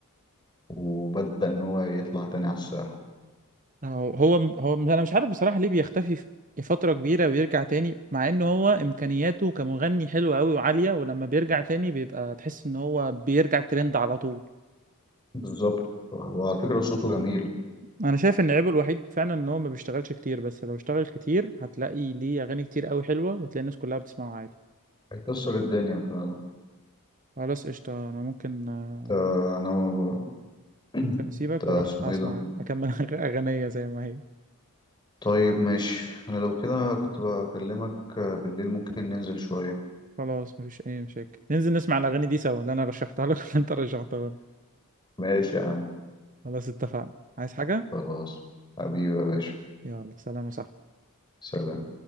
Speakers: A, on the left (about 20°); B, on the right (about 35°).
A: وبدأ إن هو يطلع تاني على الساحة
B: هو هو هو انا مش عارف بصراحة ليه بيختفي في فترة كبيرة ويرجع تاني مع ان هو امكانياته كمغني حلوة قوي وعالية ولما بيرجع تاني بيبقى تحس ان هو بيرجع ترند على طول
A: بالظبط وعلى فكرة صوته جميل
B: انا شايف ان عيبه الوحيد فعلا ان هو ما بيشتغلش كتير بس لو اشتغل كتير هتلاقي ليه اغاني كتير قوي حلوة وتلاقي الناس كلها بتسمعه عادي
A: هيكسر الدنيا فعلا
B: خلاص قشطة انا ممكن آه،
A: آه، أنا ب- <clears throat>
B: ممكن اسيبك
A: إنت اسمه
B: واروح اسمع
A: إيه ده
B: اكمل <laughs> اغنية زي ما هي
A: طيب ماشي انا لو كده كنت بكلمك بالليل ممكن ننزل شوية
B: خلاص مفيش اي مشاكل ننزل نسمع الاغاني دي سوا اللي انا رشحتها لك <laughs> وانت رشحتها لي
A: ماشي يا عم
B: خلاص اتفقنا عايز حاجة
A: خلاص حبيبي يا باشا
B: يلا سلام يا صاحبي
A: سلام